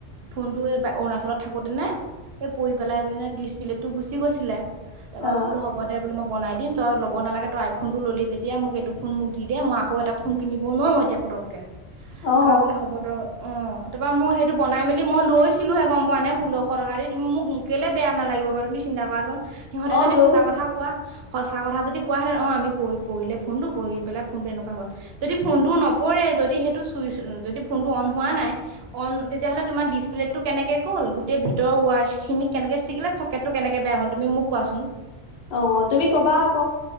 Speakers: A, on the right (about 65°); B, on the left (about 65°).
A: ফোনটো অৰুণাচলত থাকোতেনে এই পৰি পেলাই ডিচ প্লে গুচি গৈছিলে তাৰপৰা
B: অ অ
A: মই বোলো হ'ব দে বোলো মই বনাই দিম তই ল'ব নালাগে তই আইফোনটো ল'লি যেতিয়া মোক এইটো ফোন মোক দিয়ে মই আকৌ এটা ফোন কিনি বনোৱা এতিয়া পতককে
B: অ
A: তাৰপৰা বোলে হ'বতো। অ তাৰপৰা মই সেইটো বনাই মেলি মই লৈছিলোহে গম পোৱা নে ষোল্লশ টকা দি তুমি মোক‌ কেলে বেয়া নালাগে পাৰো তুমি চিন্তা কৰাচোন সিহঁতে
B: অ
A: যদি
B: তো
A: সঁচা কথা কোৱা। সঁচা কথা যদি কোৱােতেন অ আমি পি পঢ়লে ফোনটো পঢ়ি পেলাই ফোনটো এনেকুৱা হ'ল । যদি ফোনটো নপৰে যদি সেইটো চুইচ যদি ফোনটো অন হোৱা নাই অন তেতিয়াহ'লে তোমাৰ ডিচপ্লে' । কেনেক গ'ল গটেই ভিতৰ ৱা খিনি কেনেকে ছিলে চকেটতটো কেনেকে বেয়া হ'ল তুমি মোক কোৱাচোন ।
B: অ তুমি কবা ক